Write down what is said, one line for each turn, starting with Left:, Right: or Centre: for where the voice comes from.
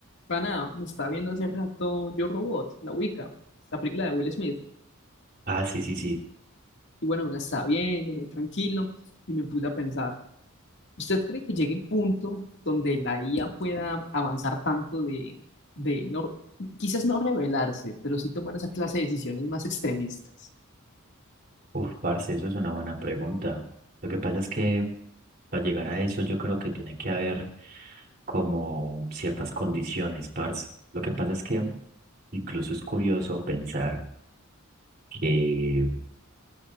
Left: Para nada, me estaba viendo hace rato Yo Robot, la Wicca, la película de Will Smith.
Right: Ah, sí, sí, sí.
Left: Y bueno, me la estaba viendo muy tranquilo y me puse a pensar, ¿usted cree que llegue el punto donde la IA pueda avanzar tanto de, de no, quizás no rebelarse, pero sí tomar esa clase de decisiones más extremistas?
Right: Uf, parce, eso es una buena pregunta. Lo que pasa es que para llegar a eso yo creo que tiene que haber como ciertas condiciones, parce. Lo que pasa es que incluso es curioso pensar que